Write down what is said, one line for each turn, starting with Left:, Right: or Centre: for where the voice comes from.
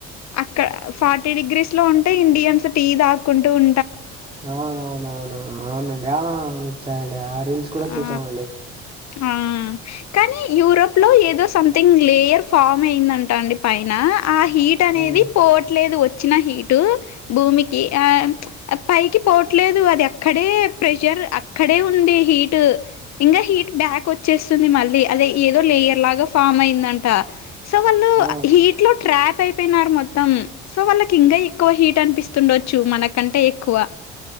Left: అక్కడ ఫార్టీ డిగ్రీస్ లో ఉంటే ఇండియన్స్ టీ తాక్కుంటూ ఉ
Right: అవునవునవునువు అవునండి ఆ అవును వచ్చాయండి ఆ రీల్స్ కూడా చూసామండి
Left: ఆ ఆ కానీ యూరోప్ ప్ లో ఏదో సంథింగ్ లేయర్ ఫామ్ అయిందంట అండి పైన ఆ హీట్ అనేది
Right: హ్మ్.
Left: పోవట్లేదు వచ్చిన హీటు భూమికి ఆ పైకి పోవట్లేదు అది అక్కడే ప్రెషర్ అక్కడే ఉంది హీట్ ఇంకా హీట్ బ్యాక్ వచ్చేస్తుంది మళ్ళీ అదే ఏదో లేయర్ లాగా ఫామ్ అయిందంట సో వాళ్ళు
Right: ఆ!
Left: హీట్ లో ట్రాప్ అయి పోయినారు మొత్తం సో వాళ్ళకి ఇంకా ఎక్కువ హీట్ అనిపిస్తుండొచ్చు మనకంటే ఎక్కువ